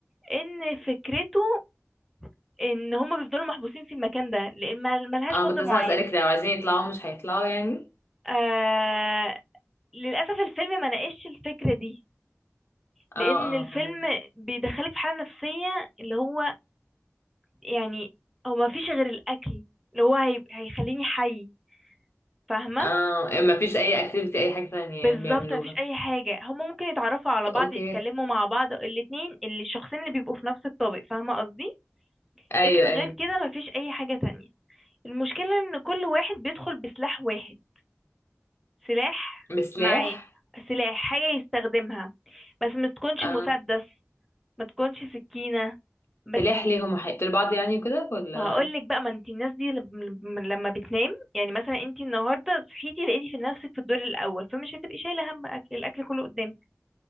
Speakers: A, in the centre; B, on the left (about 55°).
A: ان فكرته ان هم بيفضلوا محبوسين في المكان ده لان مل- ملهاش
B: اه
A: مده
B: كنت لسه
A: معينه
B: هسألك لو عايزين يطلعوا مش هيطلعوا يعني
A: آه للأسف الفيلم ما ناقشش الفكرة دي لأن
B: اه اه
A: الفيلم
B: فاهمة.
A: بيدخلك في حالة نفسية اللي هو يعني هو ما فيش غير الأكل اللي هو هي... هيخليني حي فاهمة
B: اه ما فيش اي اكتيفيتي اي حاجة تانية
A: بالظبط
B: يعني بيعملوها
A: ما فيش أي حاجة هما ممكن يتعرفوا على
B: اوكي
A: بعض يتكلموا مع بعض الاتنين اللي الشخصين اللي بيبقوا في نفس الطابق فاهمة قصدي
B: ايوه
A: لكن غير
B: ايوه
A: كده ما فيش أي حاجة تانية المشكلة إن كل واحد بيدخل بسلاح واحد سلاح
B: بسلاح
A: معاه سلاح حاجة يستخدمها بس ما تكونش
B: اه
A: مسدس ما تكونش سكينة بس
B: سلاح ليه هما هيقتلوا بعض يعني وكده ولا
A: ما هقولك بقى ما انت الناس دي لما لما بتنام يعني مثلا انت النهارده صحيتي لقيتي في نفسك في الدور الاول فمش هتبقي شايله هم اكل الاكل كله قدامك